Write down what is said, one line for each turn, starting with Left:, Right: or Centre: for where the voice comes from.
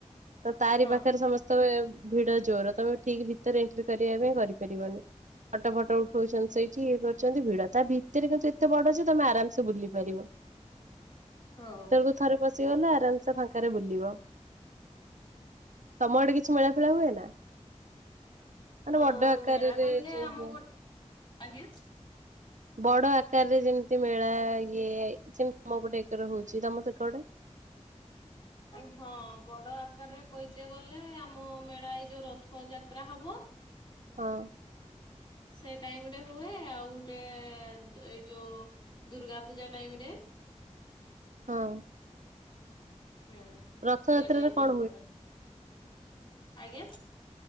Right: ତ ତାରି
Left: ହଁ
Right: ପାଖରେ ସମସ୍ତେ। ତମେ ଭିଡ ଜୋର ତମେ ଠିକ୍ ଭିତରେ ଏଣ୍ଟ୍ରି କରିବା ପାଇଁ କରିପାରିବନି। ଫଟୋ ଫଟୋ ଉଠଉଛନ୍ତି ସେଇଠି ଇଏ କରୁଛନ୍ତି ଭିଡ ତା ଭିତରେ କିନ୍ତୁ ଏତେ ବଡ ଯେ ତମେ ଆରାମସେ ବୁଲି ପାରିବ।
Left: ହୋଉ।
Right: ତୁ ଥରେ ପଶି ଗଲା ଆରାମ୍ ସେ ଫାଙ୍କାରେ ବୁଲିବ। ତମ ଆଡେ କିଛି ମେଳା ଫେଳା ହୁଏ ନା। ମାନେ
Left: ଅ
Right: ବଡ ଆକାରରେ
Left: ମେଳା କହିଲେ
Right: ଯୋଉ
Left: ଆମ
Right: ହୁଏ।
Left: ଉପ୍ ଆଜ୍ଞା।
Right: ବଡ ଆକାରରେ ଯେମିତି ମେଳା ଇଏ ଯେମିତି ମୋ ପଟେ ଏକରେ ହଉଛି ତମ ସେପଟେ
Left: ହଁ ବଡ ଆକାରରେ କହିତେ ଗଲେ ଆମ ମେଳା ଏ ଯୋଉ ରଥ ଯାତ୍ରା ହବ।
Right: ହଁ।
Left: ସେ ଟାଇମ୍ ରେ ହୁଏ। ଆଉ ଗୋଟେ ଏଇ ଯୋଉ ଦୁର୍ଗା ପୂଜା ଟାଇମ୍ ରେ।
Right: ହଁ।
Left: ହୁଁ
Right: ରଥଯାତ୍ରାରେ
Left: ସେ ଟାଇମ୍ ରେ
Right: କଣ
Left: ହୁଏ ଆଜ୍ଞା।